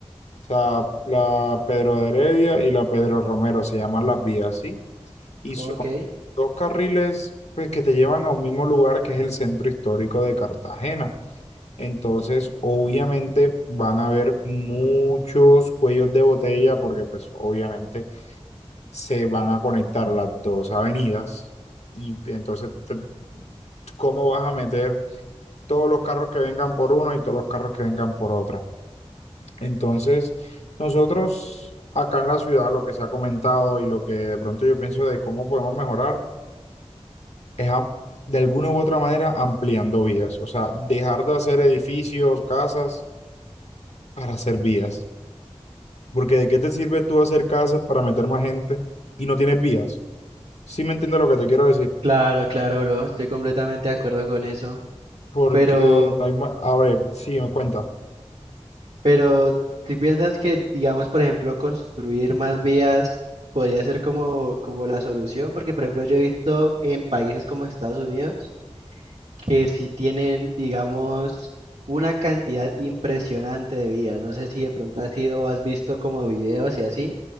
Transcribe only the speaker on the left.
O sea, la Pedro de Heredia y la Pedro Romero se llaman las vías, ¿sí? Y
son dos carriles pues, que te llevan a un mismo lugar que es el centro histórico de Cartagena. Entonces, obviamente van a haber muchos cuellos de botella porque pues obviamente se van a conectar las dos avenidas. Y entonces, te- ¿cómo vas a meter todos los carros que vengan por uno y todos los carros que vengan por otra? Entonces, nosotros acá en la ciudad lo que se ha comentado y lo que de pronto yo pienso de cómo podemos mejorar es am- de alguna u otra manera ampliando vías, o sea, dejar de hacer edificios, casas para hacer vías, porque ¿de qué te sirve tú hacer casas para meter más gente y no tienes vías? ¿Sí me entiendes lo que te quiero decir?
Porque
no hay más, a ver, sí, me cuenta.